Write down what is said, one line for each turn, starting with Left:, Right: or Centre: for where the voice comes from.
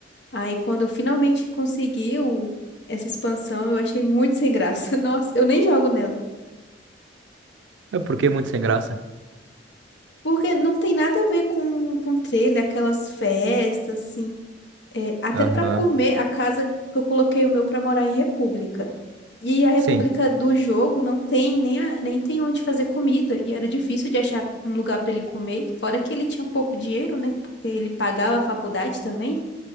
Left: Aí, quando eu finalmente consegui o- essa expansão, eu achei muito sem graça. <laughs> Nossa, eu nem jogo nela.
Right: É porque é muito sem graça.
Left: Porque não tem nada a ver com, com trailer, aquelas festas, assim. É, até
Right: Aham.
Left: pra comer, a casa que eu coloquei o meu pra morar em República. E a República
Right: Sim.
Left: do Jogo não tem nem, a- nem tem onde fazer comida. E era difícil de achar um lugar para ele comer. Fora que ele tinha pouco dinheiro, né? Porque ele pagava a faculdade também.